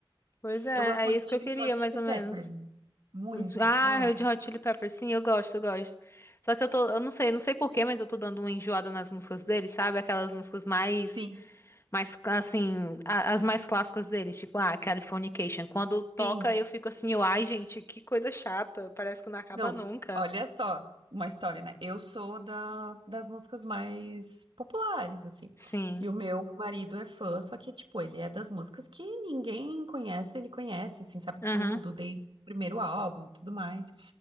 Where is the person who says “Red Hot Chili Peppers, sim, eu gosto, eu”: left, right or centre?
Left